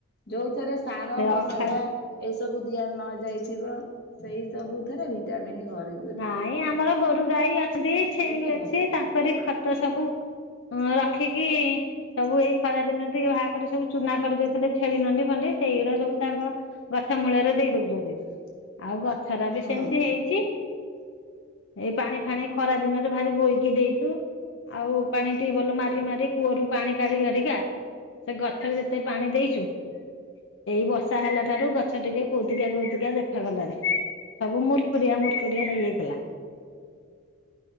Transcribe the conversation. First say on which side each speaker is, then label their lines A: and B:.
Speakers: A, on the left; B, on the left.
A: ଯୋଉଥିରେ ସାର
B: ସେ
A: ମସଲା
B: ଅଖା
A: ଏଇ ସବୁ ଦିଆ ନ ଯାଇଥିବ ସେଇ ସବୁ ଥରେ ଭିଟାମିନ ଭରି
B: ନାଇଁ ଆମର ଗୋରୁ ଗାଈ ଅଛନ୍ତି
A: ଖାଇଲେ
B: ଛେଳି ଅଛି
A: ଭଲ।
B: ତାଙ୍କରି ଖତ ସବୁ ହଁ ରଖିକି ସବୁ ଏଇ ଖରା ଦିନରେ ଟିକେ ବାହାଘ କରି ସବୁ ଚୁନା କରିଦେଇଥିଲେ ଛେଳି ନଣ୍ଡି ଖଣ୍ଡେ ସେଇଗୁଡା ସବୁ ତାଙ୍କ ଗଛ ମୂଳରେ ଦେଇ ଦଉଛନ୍ତି। ଆଉ ଗଛ ରା ବି
A: ହଁ।
B: ସେମିତି ହେଇଛି। ଏଇ ପାଣି ଫାଣି ଖରା ଦିନରେ ଭାରି ବୋହିକି ଦେଇଛୁ। ଆଉ ପାଣି ଟିଉବଲ ମାରି ମାରି କୂଅରୁ ପାଣି କାଢି କାଢିକା ସେ ଗଛରେ ଯେତେ ପାଣି ଦେଇଛୁ। ଏଇ ବର୍ଷା ହେଲା ଠାରୁ ଗଛ ଟିକେ କୋଉତିିକିଆ କୋଉତିକିଆ ଦେଖାଗଲାଣି। ସବୁ ମୁର୍କୁଡିଆ ମୁର୍କୁଡିଆ ହେଇଯାଇଥିଲା।